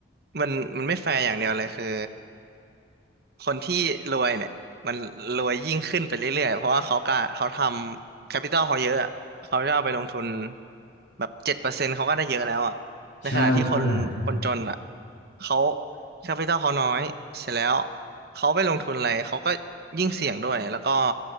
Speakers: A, on the right (about 55°); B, on the left (about 80°).
A: มันมันไม่แฟร์อย่างเดียวเลยคือ คนที่รวยเนี่ยมันรวยยิ่งขึ้นไปเรื่อยๆเพราะว่าเขาก็เขาทำแคปิตอลเขาเยอะอะเขาจะเอาไปลงทุนแบบเจ็ดเปอร์เซ็นต์เขาก็ได้เยอะแล้วอ่ะในขณะที่คนคนจนอ่ะ
B: ใช่ใช่
A: เขาแคปิตอลเขาน้อยเสร็จแล้วเขาไปลงทุนอะไรเขาก็ยิ่งเสี่ยงด้วยแล้วก็